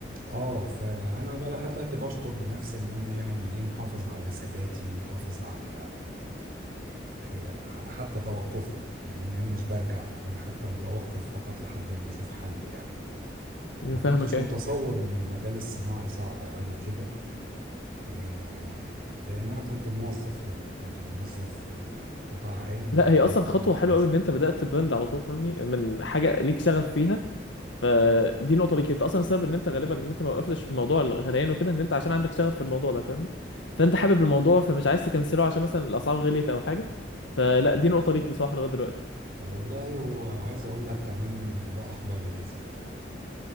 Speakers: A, on the right; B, on the left.
A: اه فانا بقى لحد دلوقتي بشكر لنفسي ان انا يعني ايه محافظ على ثباتي محافظ على آه، حتى توقفي يعني ان انا مش برجع انا حتى متوقف فقط لحد ما نشوف حل يعني ما
B: فاهمك
A: كنتش
B: ايه
A: متصور ان المجال الصناعي صعب قوي كده آه، لان انا كنت موظف يعني كنت موظف في قطاع عام وبعدين
B: لا هي اصلا
A: قطاع
B: خطوه
A: خاص
B: حلوه قوي ان انت بدات براند على طول فاهمني من حاجه ليك شغف فيها فدي نقطة ليك انت اصلا السبب ان انت غالبا ان انت ما وقفتش في موضوع الغليان وكده ان انت عشان عندك شغف في الموضوع ده فاهمني فانت حابب الموضوع فمش عايز تكنسله عشان مثلا الاسعار غليت او حاجة فلا دي نقطة ليك بصراحة لغاية دلوقتي
A: والله و- وعايز اقول لك كمان لا اقبل الهزيمه يعني